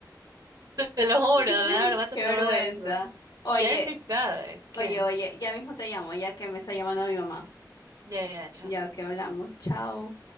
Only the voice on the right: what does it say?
te te lo juro,
me da vergüenza
todo
eso.
Y él sí sabe que.
Ya, ya, ya, chao.